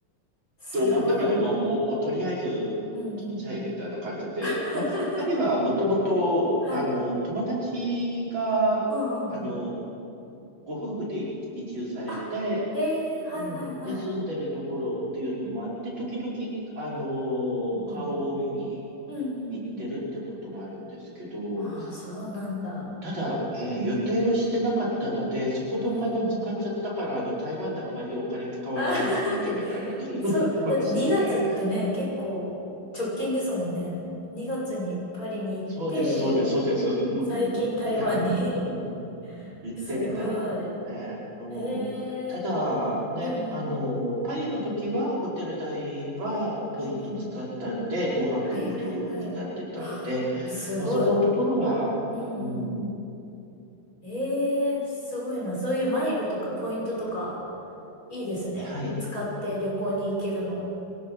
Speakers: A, on the left; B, on the right.
A: すごい。
B: と思ったけど、まあ、もう、とりあえず、取っちゃえ、
A: うんうん。
B: みたいな感じで、
A: <laughs>
B: まあ、パリはもともと、
A: はい。
B: あの、友達が、
A: うんうんうん。
B: あの、ご夫婦で移移住されて、
A: あ、へえ。はいはいはい。
B: うん、で、住んでるところっていうのもあって、時々、あの、
A: うんうん。
B: 顔を見に、
A: うんうんうん。
B: 行ってるってこともあるんですけど、
A: ああ、
B: うん
A: そうなんだ。
B: ただ、えー予定をしてなかったので、そこでお金を使っちゃったから、
A: うん。
B: あの、台湾であまりお金使わないようにしなきゃみたいな
A: あ <laughs>
B: <laughs> のがありましたね。
A: そう、だって2月ってね、結構直近ですもんね。2月にパリに行って、
B: そうです、そうです、そうです。
A: 最近台湾に
B: いや、うん行ってみたいな、
A: <laughs> すごい。
B: ね。うん、
A: へえ。
B: ただ、ね、
A: うんうん。
B: あの、パリの時はホテル代はポイント使ったんで、
A: うんうん。
B: 5泊無料になってたんで、
A: はいはいはい。はあすごい。
B: まあ、そこのところは、
A: うんうん。
B: うん、
A: ええ、すごいな。そういうマイルとかポイントとか、いいですね。
B: はい。
A: 使って旅行に行けるの。